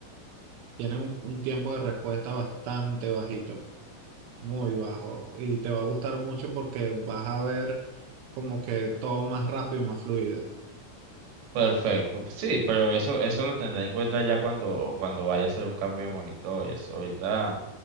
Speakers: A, on the right (about 80°); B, on the right (about 70°).
A: tienen un un tiempo de respuesta bastante bajito. muy bajo y te va a gustar mucho porque vas a ver como que todo más rápido y más fluido.
B: Perfecto, pues sí, pero eso, eso lo tendré en cuenta ya cuando, cuando vaya a hacer un cambio de monitor y eso ahorita.